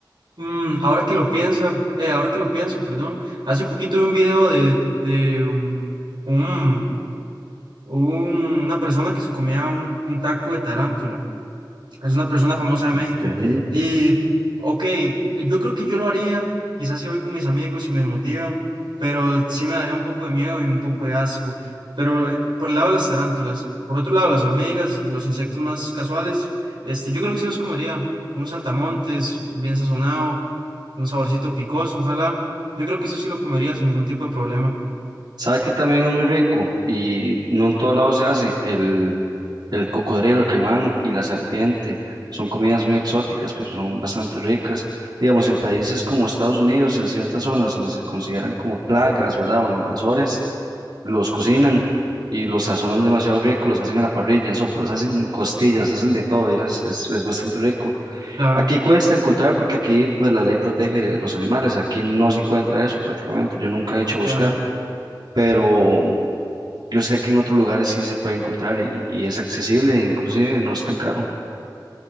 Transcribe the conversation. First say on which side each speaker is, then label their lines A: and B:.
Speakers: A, on the right; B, on the right.
A: Mm, ahora que lo piensa, eh, ahora que lo pienso, perdón, hace poquito vi un video de, de um, un- un- una persona que se comía un, un taco de tarántula. Es una persona famosa de
B: Ok.
A: México. Y, ok, yo creo que yo lo haría, quizás si voy con mis amigos y me motivan, pero sí me daría un poco de miedo y un poco de asco. Pero eh, por el lado de las tarántulas, por otro lado, las hormigas, los insectos más casuales, este, yo creo que sí los comería. Un saltamontes bien sazonado, un saborcito picoso, ojalá. Yo creo que eso sí lo comería sin ningún tipo de problema.
B: ¿Sabe que también es muy rico? Y no en todos lados se hace. El, el cocodrilo, el caimán y la serpiente. Son comidas muy exóticas, pero son bastante ricas. Digamos, en países como Estados Unidos, en ciertas zonas donde se consideran como plagas, ¿verdad? O invasores, los cocinan y los sazonan demasiado rico, los hacen a la parrilla, en sopas, hacen en costillas, hacen de todo. y Es, es, es bastante rico.
A: Claro,
B: Aquí cuesta encontrar porque aquí pues la ley protege los animales. Aquí no se encuentra eso prácticamente. Yo nunca he hecho
A: entiendo.
B: buscar pero yo sé que en otros lugares sí se puede encontrar y, y es accesible, inclusive no es tan caro.